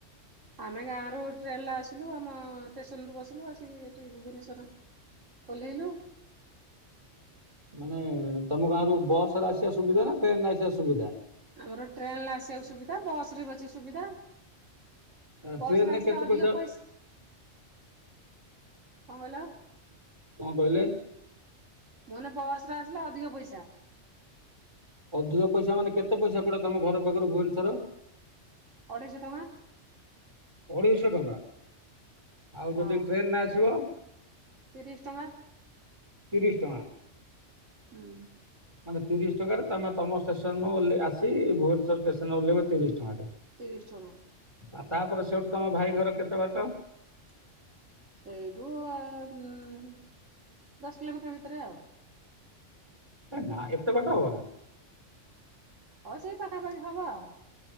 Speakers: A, on the right; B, on the right.
A: ଆମେ ଗାଁ ରୁ ଟ୍ରେନ ରେ ଆସିଲୁ ଆମ ଷ୍ଟେସନରୁୁ ବସିଲୁ ଆସିକି ଏଠି ଭୁବନେଶ୍ଵର ଓହ୍ଲେଇଲୁ।
B: ମାନେ ତମ ଗାଁରୁ ବସ ରେ ଆସିବା ସୁବିଧା ନା ଟ୍ରେନରେ ଆସିବା ସୁବିଧା?
A: ଆମର ଟ୍ରେନରେ ଆସିବାକୁ ସୁବିଧା ବସ ରେ ବି ଅଛି ସୁବିଧା।
B: ଆ,
A: ବସରେ
B: ଟ୍ରେନରେ
A: ଆସିଲେ
B: କେତେ
A: ଅଧିକ
B: ପଇସା
A: ପଇସ୍ କଣ କହିଲ?
B: କଣ କହିଲେ?
A: ମୋନେ ବସରେ ଆସିଲେ ଅଧିକ ପଇସା।
B: ଅଧିକ ପଇସା ମାନେ କେତେ ପଇସା ପଡେ ତମ ଘର ପାଖରୁ ଭୁବନେଶ୍ଵର?
A: ଅଢ଼େଇଶ ଟଙ୍କା।
B: ଅଢେଇଶ ଟଙ୍କା। ଆଉ
A: ହଁ
B: ଯଦି ଟ୍ରେନ ରେ ଆସିବ?
A: ତିରିଶ ଟଙ୍କା।
B: ତିରିଶ ଟଙ୍କା।
A: ହୁଁ।
B: ମାନେ ତିରିଶ ଟଙ୍କାରେ ତମେ ତମ ଷ୍ଟେସନରୁ ଓଲହେ ଆସି ଭୁବନେଶ୍ୱର ଷ୍ଟେସନେ ଓଲ୍ହେଇବ ତିରିଶ ଟଙ୍କାରେ।
A: ତିରିଶ ଟଙ୍କା।
B: ଆଉ ତାପରେ ସେଉଠୁ ତମ ଭାଇ ଘର କେତେ ବାଟ?
A: <inaudible> ସେଇଠୁ ଆଉ ହୁଁ କିଲୋମିଟର ଭିତରେ ଆଉ
B: ନା ଏତେ ବାଟ ହବ ନା।
A: ହଉ ସେଇ ପାଖାପାଖି ହବ ଆଉ